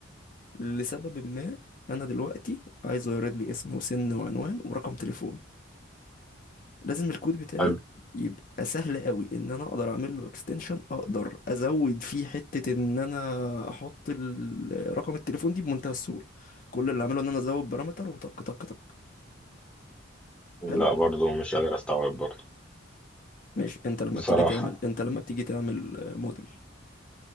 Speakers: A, on the left (about 40°); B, in the centre.
A: لسبب ما انا دلوقتي عايزه يعرض لي اسم وسن وعنوان ورقم تليفون لازم الكود بتاعي
B: حلو
A: يبقى سهل قوي ان انا اقدر اعمل له اكستنشن اقدر ازود فيه حتة ان انا احط ال- رقم التليفون دي بمنتهى السهولة كل اللي اعمله ان انا ازود بارامتر وطق طق طق حلو
B: لا برضو مش قادر استوعب برضو
A: ماشي انت لما
B: بصراحه
A: بتيجي تعمل انت لما بتيجي تعمل آه، موديل